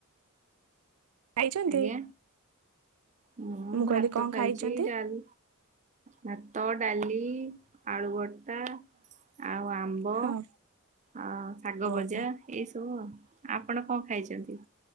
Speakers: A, on the right (about 80°); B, on the right (about 35°).
A: ଖାଇଛନ୍ତି?
B: ଆଜ୍ଞା। ମୁଁ ଭାତ
A: କହିଲି କଣ
B: ଖାଇଛି
A: ଖାଇଛନ୍ତି?
B: ଡାଲ୍ ଭାତ, ଡାଲି, ଆଳୁ ଭ ତା, ଆଉ ଆମ୍ବ,
A: ହଁ
B: ଆ ଶାଗ
A: ଓହୋ।
B: ଭଜା। ଏଇସବୁ ଆଉ। ଆପଣ କଣ ଖାଇଛନ୍ତି?